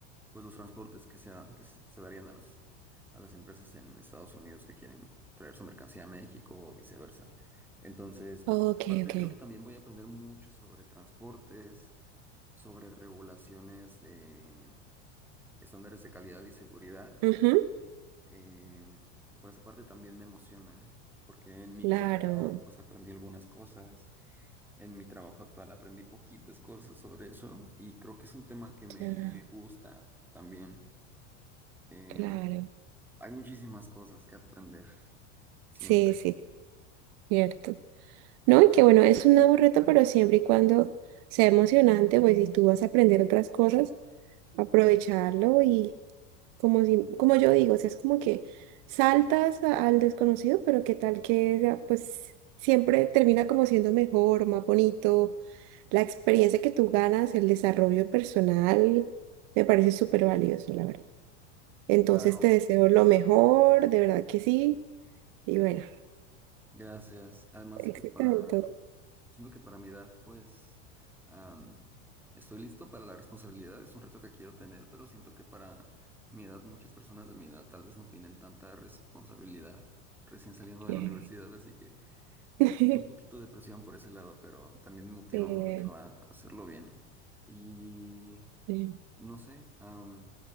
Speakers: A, in the centre; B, on the right.
A: pues los transportes que se, da- que se se darían a las, a las empresas en Estados Unidos que quieren traer su mercancía a México o viceversa. Entonces, pues
B: ok,
A: por esa parte
B: ok.
A: creo que también voy a aprender mucho sobre transportes, sobre regulaciones de estándares de calidad y seguridad.
B: Ujú,
A: em, y por esa parte también me emociona, porque en mi
B: Claro,
A: carrera pues aprendí algunas cosas, en mi trabajo actual aprendí poquitas cosas sobre eso y creo que es un tema que me
B: ya,
A: gusta también. Em,
B: claro.
A: Hay muchísimas cosas que aprender siempre.
B: Sí, sí, cierto. No, y que bueno, es un nuevo reto, pero siempre y cuando sea emocionante, pues si tú vas a aprender otras cosas, aprovecharlo y como si, como yo digo, o sea, es como que saltas a- al desconocido, pero qué tal que sea, pues siempre termina como siendo mejor, más bonito. La experiencia que tú ganas, el desarrollo personal, me parece súper valioso, la verdad. Entonces
A: Claro,
B: te deseo lo mejor, de verdad que sí. Y bueno,
A: gracias. Además de que
B: éxito
A: para,
B: en todo lo
A: siento que para mi edad, pues, am, estoy listo para la responsabilidad. Es un reto que quiero tener, pero siento que para mi edad, muchas personas de mi edad tal vez no tienen tanta responsabilidad recién saliendo
B: que-
A: de la universidad. Así que
B: <laughs>
A: siento un poquito de presión por ese lado, pero también me motiva
B: Eh,
A: mucho a hacerlo bien. y
B: sí,
A: No sé, am,